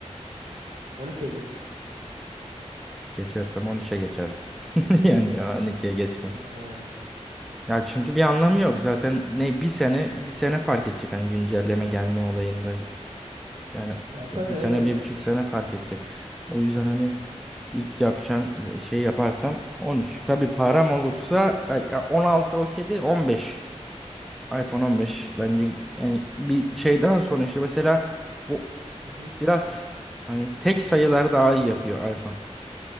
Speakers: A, on the right; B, in the centre.
A: on ikiye geç.
B: Geçersem 13'e geçerim. <laughs>
A: hı.
B: Yani 12'ye geçmem.
A: Ha,
B: Ya çünkü bir anlamı yok. Zaten ne bir sene bir sene fark edecek hani güncelleme gelme olayında. Yani
A: Ya
B: bir
A: tabii öyle
B: sene
A: zaten.
B: bir buçuk
A: yani.
B: sene fark edecek. O yüzden hani ilk yapacağım şey yaparsam 13. Tabii param olursa ben- ya 16 okey değil 15. iPhone 15 bence yani bir şeyden sonra işte mesela bu
A: Hı hı.
B: biraz hani tek sayılar daha iyi yapıyor iPhone.